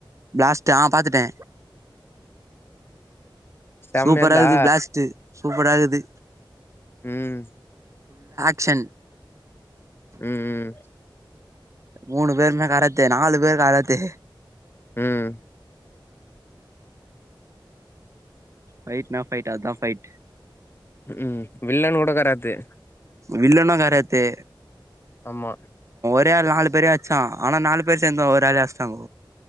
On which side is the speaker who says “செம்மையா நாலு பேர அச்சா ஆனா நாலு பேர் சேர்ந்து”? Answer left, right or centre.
Right